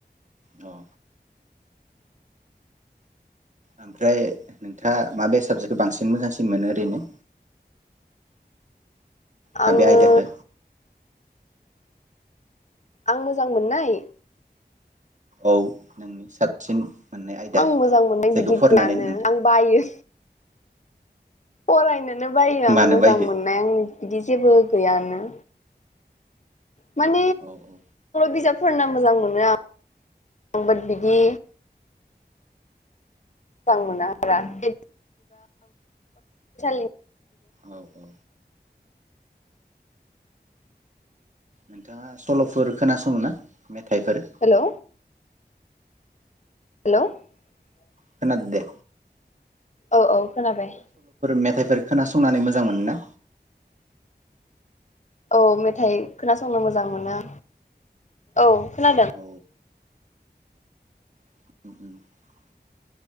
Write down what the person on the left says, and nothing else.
आङो
आं मोजांमोननाय?
आं मोजां मोननाय
बिदि
गैयानो
आं बायो फरायनोनो बायो आं
मोजां
मोननाय आंनि बिदि जेबो गैयानो। मान
बिजाबफोरना मोजां मोनो आं <inaudible> बिदि मोजां मोना आरो <unintelligible>
हेलौ <inaudible>
औ-औ खोनाबाय
औ मेथाइ खोनासंनो मोजां मोजां मोना औ खोनादों?